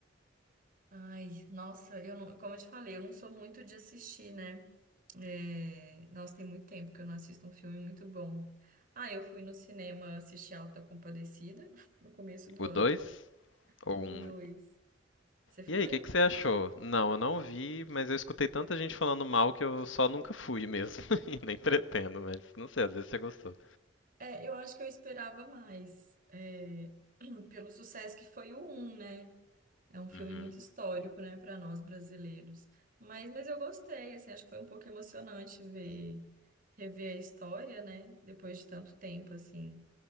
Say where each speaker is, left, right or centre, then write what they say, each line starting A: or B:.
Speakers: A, on the right; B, on the left.
A: Ai, nossa, eu não, como eu te falei, eu não sou muito de assistir, né? É, nossa, tem muito tempo que eu não assisto um filme muito bom. Ah, eu fui no cinema assistir Alta Compadecida <laughs> no começo do
B: O
A: ano,
B: 2 ou um
A: o 2. Você foi?
B: E aí, o que que você achou? Não, eu não vi, mas eu escutei tanta gente falando mal que eu só nunca fui mesmo. <laughs> E nem pretendo, mas não sei, às vezes você gostou.
A: É, eu acho que eu esperava mais, é, <clears throat> pelo sucesso que foi o um, né? É um filme
B: Uhum,
A: muito histórico, né, para nós brasileiros. Mas, mas eu gostei, assim, acho que foi um pouco emocionante ver, rever a história, né, depois de tanto tempo, assim.